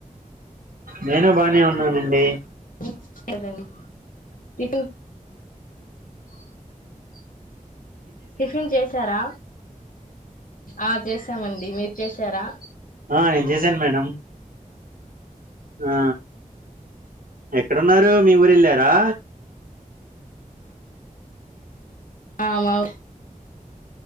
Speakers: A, on the right; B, on the left.
A: నేను బానే ఉన్నానండి
B: <inaudible> టిఫిన్ చేసారా ఆ చేసామండి మీరు చేసారా
A: ఆ నేను చేసాను మేడం ఆ ఎక్కడున్నారు మీ ఊరు వెళ్ళారు రా
B: రాము